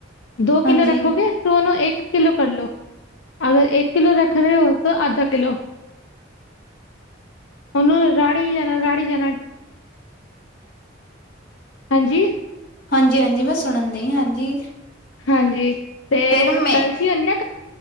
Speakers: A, on the left; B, on the left.
A: ਦੋ
B: ਹਾਂਜੀ
A: ਕਿੱਲੋ ਰੱਖੋਗੇ, ਤੇ ਉਹਨੂੰ ਇੱਕ ਕਿੱਲੋ ਕਰ ਲੋ। ਅਗਰ ਇੱਕ ਕਿਲੋ ਰੱਖ ਰਹੇ ਹੋ, ਤੇ ਅੱਧਾ ਕਿਲੋ। ਉਹਨੂੰ ਰਾੜੀ ਜਾਣਾ, ਰਾੜੀ ਜਾਣਾ। ਹਾਂਜੀ।
B: ਹਾਂਜੀ-ਹਾਂਜੀ, ਮੈਂ ਸੁਣਨ ਦਈਂ ਹਾਂਜੀ।
A: ਹਾਂਜੀ! ਤੇ
B: ਫਿਰ ਮੈਂ
A: ਕੜਛੀ ਹੁੰਦੀ ਨਾ,